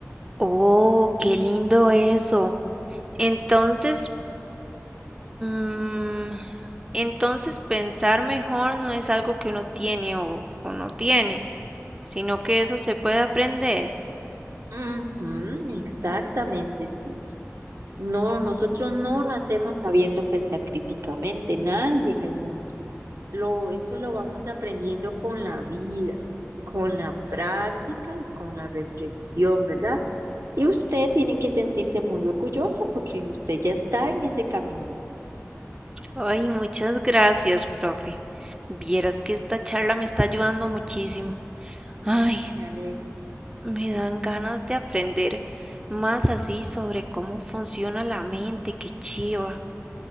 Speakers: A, on the right; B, on the right.
A: Oh, qué lindo eso. Entonces, mm, entonces pensar mejor no es algo que uno tiene o, o no tiene, sino que eso se puede aprender.
B: Ujú, exactamente, sí. No, nosotros no nacemos sabiendo pensar críticamente, nadie en el mundo. Lo, eso lo vamos aprendiendo con la vida, con la práctica y con la reflexión, ¿verdad? Y usted tiene que sentirse muy orgullosa porque usted ya está en ese camino.
A: Ay, muchas gracias, profe. Vieras que esta charla me está ayudando muchísimo. Ay,
B: Me alegro.
A: me dan ganas de aprender más así sobre cómo funciona la mente, qué chiva.